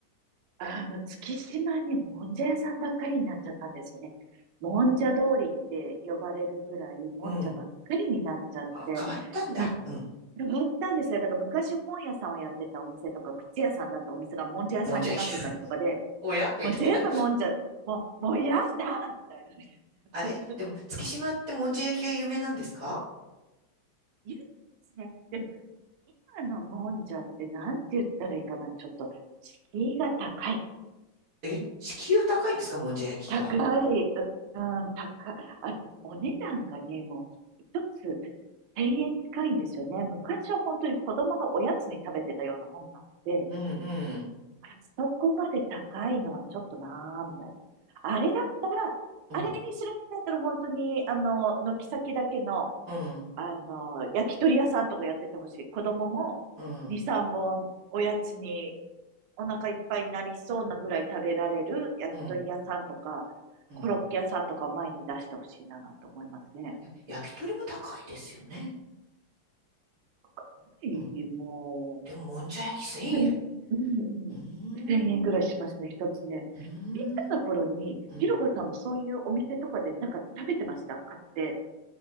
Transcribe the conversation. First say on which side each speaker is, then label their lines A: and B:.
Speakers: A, on the right; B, on the right.
A: あの、月島にもんじゃ屋さんばっかりになっちゃったんですよね。もんじゃ通りって呼ばれるぐらい、もんじゃばっかりになっちゃって、
B: うん。あ、変わったんだ。
A: む、
B: うん。
A: 変わったんですよ。だから昔本屋さんをやってたお店とか、靴屋さんだったお店がもんじゃ屋さんになってたりとかで、
B: もんじゃ焼き。<laughs> おやみたいな。
A: もう全部もんじゃ、もう、もう嫌だみたいなね。<laughs>
B: あれでも月島ってもんじゃ焼きが有名なんですか
A: 言うんですね。でも、今のもんじゃってなんて言ったらいいかな。ちょっと、敷居が高い。
B: え敷居は高いんですかもんじゃ焼きが。
A: 高い。うん、高い。あ、お値段がね、もう、一つ千円近いんですよね。昔は本当に子供がおやつに食べてたようなもんなんで、
B: うんうん
A: あそこまで高いのはちょっとなーみたいな。あれだったら、
B: うん
A: あれにするんだったら本当に、あの、軒先だけの、
B: うん
A: あの、焼き鳥屋さんとかやっててほしい。子供も2、
B: うん
A: 3本おやつにお腹いっぱいになりそうなぐらい食べられる焼き鳥屋さんとか、
B: うんうん。
A: コロッケ屋さんとかを前に出してほしいななんて思いますね。
B: でも焼き鳥も高いですよね。
A: はい、
B: うん
A: も
B: でも、もんじゃ焼き1000円。
A: う、でも、うんうん。
B: うーん、
A: 1000円ぐらいしますね、
B: う
A: 一つね。
B: ー
A: 小さな頃に、
B: ん、うん。
A: ひろこさんもそういうお店とかでなんか食べてました買って。